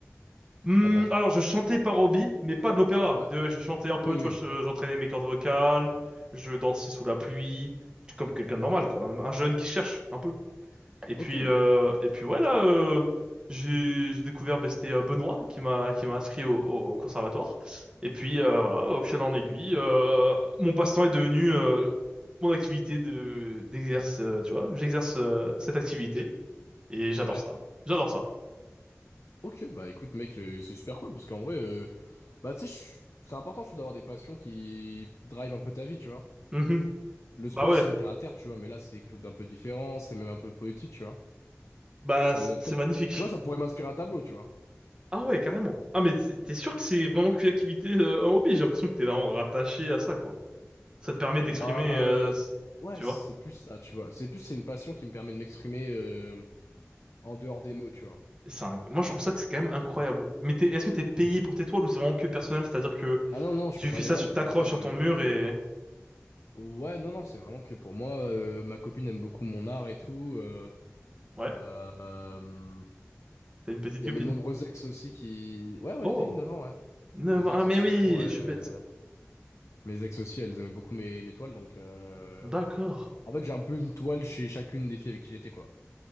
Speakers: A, on the right; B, on the left.
A: Hmm,
B: avant.
A: alors, je chantais par hobby, mais pas de l'opéra.
B: Ouais.
A: De- Je chantais un peu,
B: Oui,
A: tu
B: oui.
A: vois, je- j'entraînais mes cordes vocales, je dansais sous la pluie, comme quelqu'un de normal, quoi. Un jeune qui cherche un peu. Et puis,
B: Ok, ouais.
A: euh, et puis ouais, là, euh, j'ai j'ai découvert, ben, c'était euh, Benoît qui m'a qui m'a inscrit au, au conservatoire. Et puis euh, voilà, au fil en aiguille, euh, mon passe-temps est devenu euh, mon activité de d'exerce, euh, tu vois. J'exerce euh, cette activité et j'adore
B: Ouais.
A: ça. J'adore ça.
B: Ok, bah écoute, mec, euh, c'est super cool parce qu'en vrai, euh, bah tu sais, je- c'est important, je trouve, d'avoir des passions qui drivent un peu ta vie, tu vois.
A: Mhm.
B: Le sport
A: Bah ouais,
B: serait terre à terre, tu vois, mais là, c'est quelque chose d'un peu différent, c'est même un peu poétique, tu vois.
A: bah
B: Ça
A: c-
B: me,
A: c'est
B: peut-être,
A: magnifique.
B: tu vois, ça pourrait m'inspirer un tableau, tu vois.
A: Ah ouais, carrément. Ah mais t'es t'es sûr que c'est vraiment qu'une activité, euh, un hobby? J'ai l'impression que t'es vraiment rattaché à ça, quoi. Ça te permet d'exprimer,
B: Bah, euh,
A: euh, s-
B: ouais,
A: tu
B: c'est
A: vois.
B: plus ça, tu vois. C'est plus, c'est une passion qui me permet de m'exprimer euh, en dehors des mots, tu vois.
A: C'est un- Moi, je trouve ça que c'est quand même incroyable. Mais t'es- est-ce que t'es payé pour tes toiles ou c'est vraiment que personnel? C'est-à-dire que
B: Ah non, non, je
A: tu
B: peux pas
A: fais
B: les
A: ça,
B: vendre
A: tu
B: parce
A: t'accroches
B: qu'en vrai,
A: sur
B: euh,
A: ton mur et...
B: ouais, non, non, c'est vraiment que pour moi, euh, ma copine aime beaucoup mon art et tout. euh,
A: Ouais,
B: Euh, euh,
A: t'as une petite
B: Il
A: copine.
B: y a mes nombreux ex aussi qui... Ouais, ouais,
A: Oh,
B: je t'ai dit 9 ans, ouais.
A: 9
B: Mes
A: ans.
B: ex
A: Ah, mais
B: aussi
A: oui,
B: d'avant, euh,
A: je suis bête.
B: mes ex aussi, elles aimaient beaucoup mes, mes toiles, donc... euh,
A: D'accord.
B: En fait, j'ai un peu une toile chez chacune des filles avec qui j'étais, quoi.